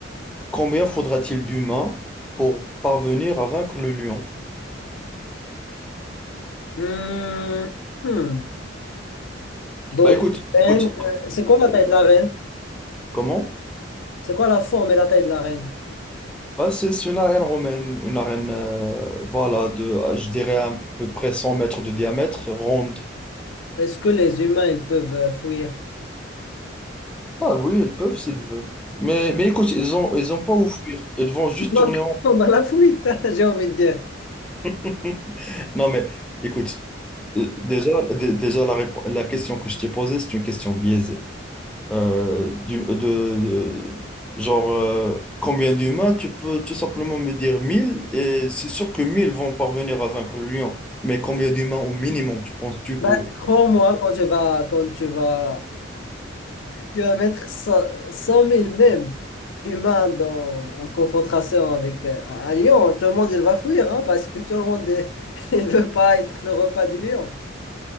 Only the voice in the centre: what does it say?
combien faudra-t-il d'humains pour parvenir à vaincre le lion?
Bah écoute,
écoute.
Comment?
Bah, c'est c'est une arène romaine, une arène, euh, voilà, de, euh, je dirais, à peu près 100 mètres de diamètre, ronde.
Ah oui, ils peuvent s'ils veulent. Mais, mais écoute, ils ont, ils ont pas où fuir. Ils vont juste
tourner en
rond. Non, mais écoute, euh, déjà, dé- déjà la, répo- la question que je t'ai posée, c'est une question biaisée. Euh, du, de, de- genre, euh, combien d'humains? Tu peux tout simplement me dire 1000 et c'est sûr que 1000 vont parvenir à vaincre le lion. Mais combien d'humains au minimum, tu penses-tu
que...